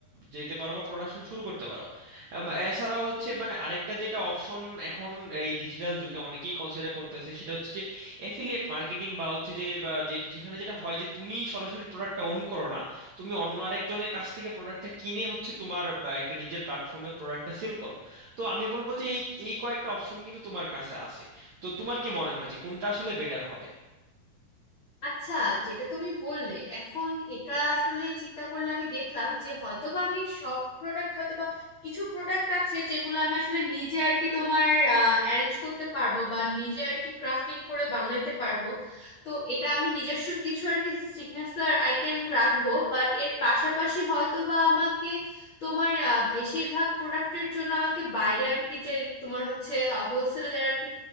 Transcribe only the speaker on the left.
আচ্ছা যেটা তুমি বললে এখন এটা আসলে চিন্তা করলে আমি দেখলাম যে হয়তোবা আমি সব প্রোডাক্ট হয়তোবা কিছু প্রোডাক্ট আছে যেগুলো আমি আসলে নিজে আর কি তোমার অ্যারেঞ্জ করতে পারবো বা নিজে আর কি ক্রাফটিং করে বানাইতে পারবো তো এটা আমি নিজস্ব কিছু আর কি সিগনেচার আইটেম রাখবো বাট এর পাশাপাশি হয়তোবা আমাকে তোমার আহ, বেশিরভাগ প্রোডাক্টের জন্য আমাকে বাইরে আর কি যে তোমার হচ্ছে হোলসেলে যারা আর কি